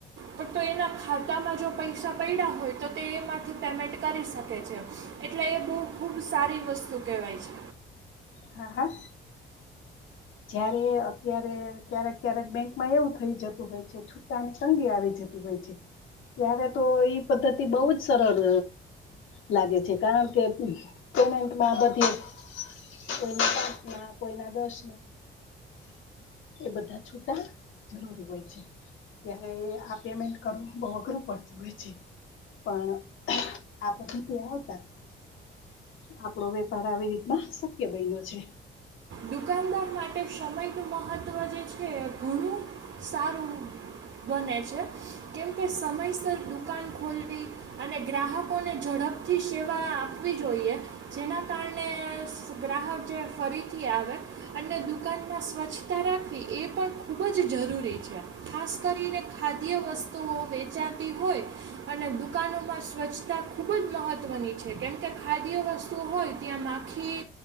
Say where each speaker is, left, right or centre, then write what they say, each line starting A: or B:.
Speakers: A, on the right (about 65°); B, on the left (about 80°).
A: પણ તો એના ખાતામાં જો પૈસા પૈડ્યા હોય તો તે એમાંથી પેમેન્ટ કરી શકે છે. એટલે એ બહ ખૂબ સારી વસ્તુ કહેવાય છે.
B: હા હા જયારે અત્યારે ક્યારેક ક્યારેક બેંકમાં એવું થઇ જતું હોય છે છુટટાની તંગી આવી જ જતી હોય છે, ત્યારે તો ઈ પદ્ધતિ બહુ જ સરળ લાગે છે કારણ કે પેમેન્ટમાં બધી કોઈના પાંચ ના કોઈના દસ એ બધા છૂટા જરૂરી હોય છે ત્યારે આ પેમેન્ટ કરવું બઉ અઘરું પડતું હોય છે પણ આ પદ્ધતિ આવતા આપણો વેપાર આવી રીતના શક્ય બયનો છે
A: દુકાનદાર માટે સમયનું મહત્ત્વ જે છે ઘણું સારું બને છે કેમ કે સમયસર દુકાન ખોલવી અને ગ્રાહકોને ઝડપ અપથી સેવા આપવી જોઈએ જેના કારણે સ ગ્રાહક જે ફરીથી આવે અને દુકાનમાં સ્વચ્છતા રાખવી એ પણ ખુબ જ જરૂરી છે ખાસ કરીને ખાદ્ય વસ્તુઓ વેચાતી હોય અને દુકાનોમાં સ્વચ્છતા ખૂબ જ મહત ‌‌‍‌‌ત્વની છે કેમ કે ખાદ્ય વસ્તુ ઓ હોય ત્યાં માખી